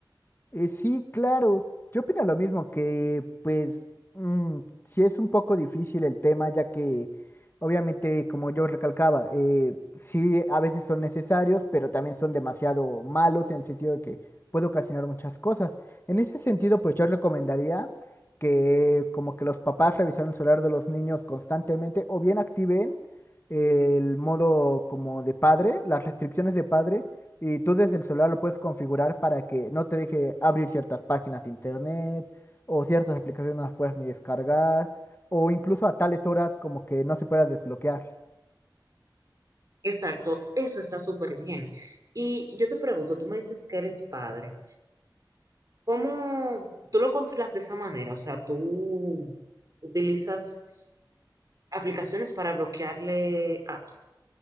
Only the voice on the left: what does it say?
Eh, sí, claro. Yo opino lo mismo, que pues mm, sí es un poco difícil el tema, ya que obviamente, como yo recalcaba, eh, sí a veces son necesarios, pero también son demasiado malos en el sentido de que puede ocasionar muchas cosas. En ese sentido, pues yo recomendaría que como que los papás revisaran el celular de los niños constantemente o bien activen el modo como de padre, las restricciones de padre y tú desde el celular lo puedes configurar para que no te deje abrir ciertas páginas de internet o ciertas aplicaciones no las puedas ni descargar o incluso a tales horas como que no se pueda desbloquear.